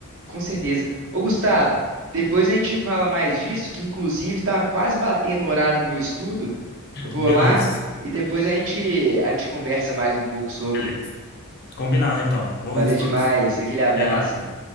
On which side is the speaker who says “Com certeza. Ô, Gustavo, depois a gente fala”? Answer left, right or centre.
Right